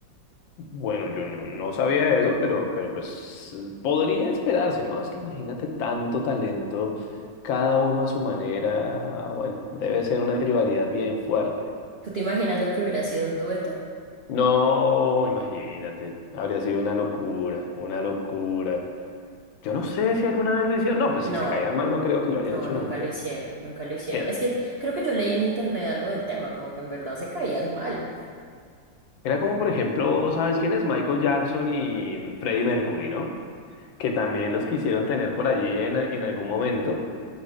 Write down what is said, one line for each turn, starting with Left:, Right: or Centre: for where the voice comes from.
Left: Bueno, yo no, no sabía eso, pero, pero pues podría esperarse, ¿no? Es que imagínate tanto talento, cada uno a su manera. Bueno, debe ser una rivalidad bien fuerte.
Right: ¿Tú te imaginas lo que hubiera sido un dueto?
Left: No, imagínate, habría sido una locura, una locura. Yo no sé si alguna vez lo hicieron. No, pues
Right: No.
Left: si se caían mal, no creo que lo hayan
Right: No,
Left: hecho
Right: nunca
Left: nunca.
Right: lo hicieron, nunca lo hicieron.
Left: Eh,
Right: Es que creo que yo leí en internet algo del tema, como que en verdad se caían mal.
Left: Era como, por ejemplo, ¿sabes quién es? Michael Jackson y mm, Freddie Mercury, ¿no? Que también los quisieron tener por allí en, en algún momento,